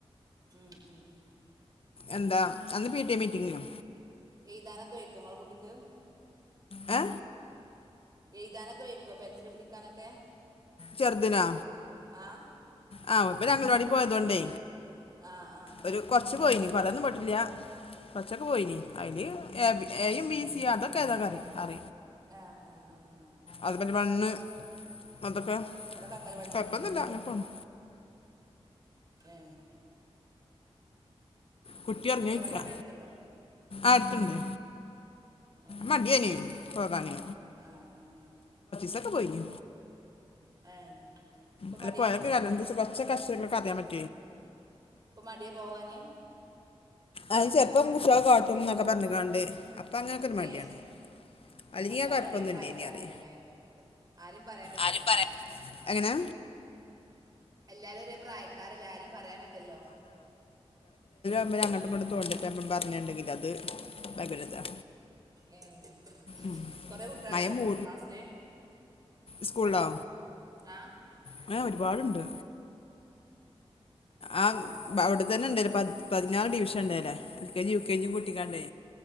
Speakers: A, on the right (about 35°); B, on the left (about 60°).
A: ഉം ഉം ഉം
B: എന്താ അന്ന്
A: ആ
B: പി
A: ശരി
B: ടി എ മീറ്റിങ്ങിന്
A: എഴുതാനൊക്കെ വയ്ക്കോ ങ്ങളെ കുട്ടിക്ക്
B: അ
A: എഴുതാനൊക്കെ വയ്ക്കോ പെൻസിൽ പിടിക്കാനൊക്കെ.
B: ചെറുതിനോ
A: ആഹ്
B: ആ ഇപ്പൊ ഞങ്ങളവാടി പോയതോണ്ടേ
A: ആഹ് ആഹ് ആഹ്
B: ഒരു കൊർച്ച് പോയിനീ പറയൊന്നും പൊട്ടില്ല. കൊറച്ചൊക്കെ പോയിനി അതില് എ ബിയും സിതൊക്കെ ഏതൊക്കെ അ അറ
A: ആ ആ ആ ആ
B: അത് പ വന്ന് അതൊക്കെ
A: അതൊക്കെ അംഗലവാടിന്ന്
B: കൊഴപ്പൊന്നുല്ല
A: പഠിപ്പിച്ചിട്ടുണ്ടാവും
B: അങ്ങനെ പോണ്
A: ഏ
B: കുട്ടി ഒറങ്ങിയോക്കെ
A: അംഗലവാടി അവിടെ എടുത്തുണ്ടോ
B: ആടുത്തുണ്ട്
A: ഏഹ്
B: മതിയന് പോകാന്
A: ആഹ് ആഹ്
B: സകെ പോയിനി
A: ഏഹ് ഇപ്പം
B: അല്ല
A: മടിയാ
B: പോയക്കെ <unintelligible> കഷികൊക്കെ അറിയാൻ പറ്റ്
A: പ്പൊ മാടിയാ പോകാന്
B: അത് ചെൽപ്പം കുട്ടിയാളെ കാട്ടും ന്നൊക്കെ പറഞ്ഞ് കിണ്ട് അപ്പൊ അങ്ങനൊക്കെ ഒരു മടിയാണ്.
A: ഏഹ്
B: അല്ലങ്കി
A: എല്ലാരും
B: കൊഴപ്പൊന്നുല്ലനി
A: ഒരേ പ്രായക്കാരല്ലല്ലേ
B: അറെ
A: ആരും പറയാൻ വജ്ജല്ലോ
B: ആരു പറെ അങ്ങനെ
A: എല്ലാരും ഒരേ പ്രായക്കാരല്ലേ ആ രിം പറയാൻ വജല്ലോ.
B: വർ അങ്ങോട്ടുങ്ങട്ടും കൊ തോണ്ടിപ്പ പറഞ്ഞുണ്ടെങ്കിൽ അത് പകരുതാ.
A: ഏഹ്
B: ഉം
A: കൊറേ കുട്ടികളുണ്ടോ
B: മയ മൂ
A: ക്ലാസ്സില്
B: സ്കൂള്ലോ
A: ആ
B: അങ്ങനെ ഒരുപാടുണ്ട്. ആഹ്
A: ഏഹ്
B: ബ അവിടെത്തന്നെ ഇണ്ട് പ പതിനാറ് ഡിവിഷൻ ഉണ്ടല്ലേ L K G U K G കൂട്ടിക്കാണ്ടെ.